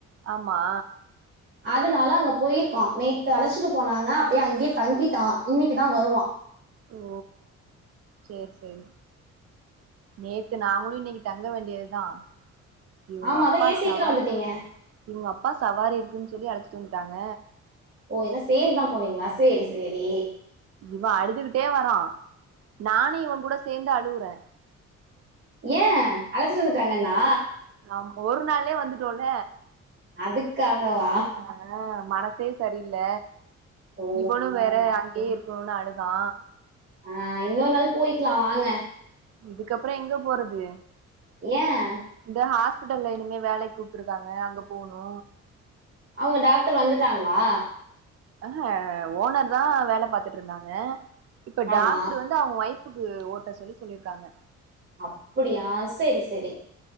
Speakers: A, on the right (about 55°); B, on the right (about 35°).
A: ஆமா
B: அதுனால அங்க போயிருக்கா நேத்து அழைச்சிட்டு போனாங்க அப்படியே அங்கேயே தங்கிட்டா இன்னைக்கு தா வருவா
A: ஓ சேரி சேரி நேத்து நாங்களு இன்னிக்கு தங்க வேண்டியதுதா இவங்க
B: ஆமா
A: அப்பா
B: அதான் ஏன் சீக்கிரம்
A: சவாரி
B: வந்துட்டீங்க
A: இவங்க அப்பா சவாரி இருக்குன் சொல்லி அழச்சிட்டு வந்துட்டாங்க
B: ஓ எல்லா சேர்ந்துதா போனீங்களா சேரி சேரி
A: இவ அழுதுகிட்டே வரா நானு இவ கூட சேந்து அழுவுறே
B: ஏ அழச்சிட்டு வந்துட்டாங்கனா
A: ஆமா ஒரு நாள்லே வந்துடோல
B: அதுக்காகவா
A: ஆ மனசே சரியில்ல
B: ஓ
A: இவளு வேற அங்கயே இருக்கணுனு அழுதா
B: ஆ இன்னொரு நாள் போயிக்கலாம் வாங்க
A: இதுக்கப்றோ எங்க போறது
B: ஏன்
A: இந்த ஹாஸ்பிட்டல்ல இனிமே வேலைக் கூப்ட்ருக்காங்க அங்க போணு
B: அவுங்க டாக்டர் வந்துட்டாங்களா
A: அ ஓனர் தா வேல பாத்துட்ருந்தாங்க இப்ப
B: ஆமா
A: டாக்ட்ரு வந் தா அவங்க ஒய்ஃபுக்கு ஒட்ட சொல்லி சொல்லியிர்க்காங்க
B: அப்பிடியா சேரி சேரி